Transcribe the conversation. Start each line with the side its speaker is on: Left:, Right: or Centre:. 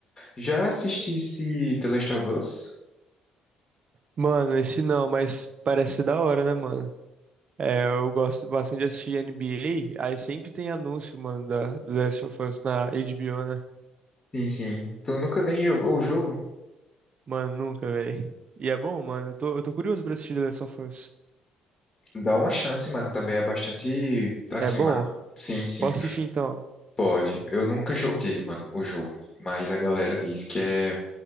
Left: Já assisti esse The Last of Us?
Right: Mano, esse não, mas parece ser da hora, né, mano? É, eu gosto bastante de assistir NBA, aí sempre tem anúncio, mano, da The Last of Us na HBO, né?
Left: Sim, sim. Tu nunca nem jogou o jogo?
Right: Mano, nunca, velho. E é bom, mano. Eu tô, eu tô curioso pra assistir The Last of Us.
Left: Dá uma chance, mano, também é bastante, assim,
Right: É bom?
Left: ma- sim, sim,
Right: Posso assistir então?
Left: pode. Eu nunca joguei, mano, o jogo, mas a galera diz que é